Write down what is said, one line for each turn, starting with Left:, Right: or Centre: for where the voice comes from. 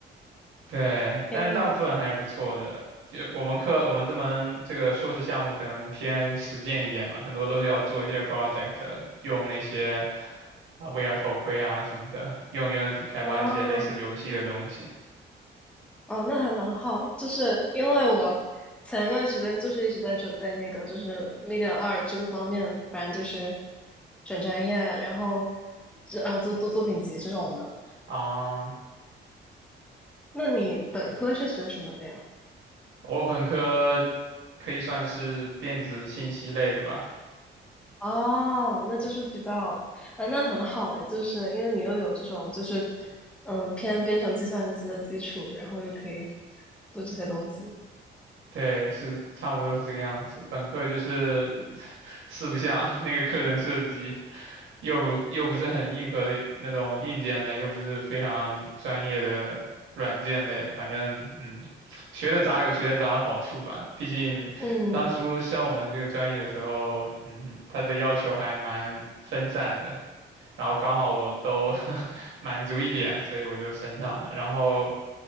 Right: 对，
Centre: 天啊！
Right: 但是大部分还是不错的。就我们课，我们这门这个硕士项目可能偏实践一点嘛，很多都是要做一些 project，用那些啊、VR 头盔啊什么的，用 Unity 开发一些类似游戏的东西
Centre: 哦哦，那还蛮好，就是因为我前一段时间就是一直在准备那个，就是 Media 二这个方面，反正就是转专业，然后这呃做做作品集这种的。
Right: 啊。
Centre: 那你本科是学什么的呀？
Right: 我本科可以算是电子信息类的吧，
Centre: 哦，那就是比较啊，那很好诶，就是因为你又有这种就是嗯偏编程计算机的基础，然后又可以做这些东西。
Right: 对，是差不多是这个样子。本科就是 <laughs> 四不像那个课程设计。又不又不是很硬核的那种硬件类，又不是非常专业的软件类，反正嗯，学的杂有学的杂的好处吧。毕竟当初升我们这个专业的时候，
Centre: 嗯
Right: 嗯，它的要求还蛮分散的，然后刚好我都 <laughs> 满足一点，所以我就升上了。然后